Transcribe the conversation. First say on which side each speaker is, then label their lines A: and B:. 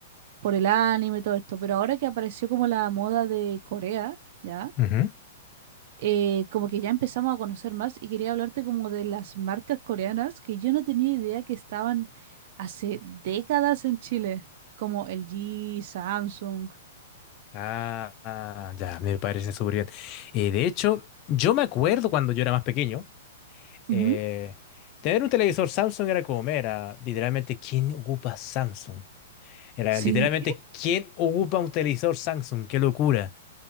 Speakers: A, on the right; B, on the left.
A: Por el anime y todo esto, pero ahora que apareció como la moda de Corea, ¿ya?
B: Ujú.
A: eh, como que ya empezamos a conocer más y quería hablarte como de las marcas coreanas que yo no tenía idea que estaban hace décadas en Chile, como LG, Samsung.
B: Ah, ah, ya, me parece súper bien. Eh, de hecho, yo me acuerdo cuando yo era más pequeño, eh,
A: Ujú.
B: tener un televisor Samsung era como, era literalmente, ¿quién ocupa Samsung? Era
A: Sí.
B: literalmente, ¿quién ocupa un televisor Samsung? ¡Qué locura!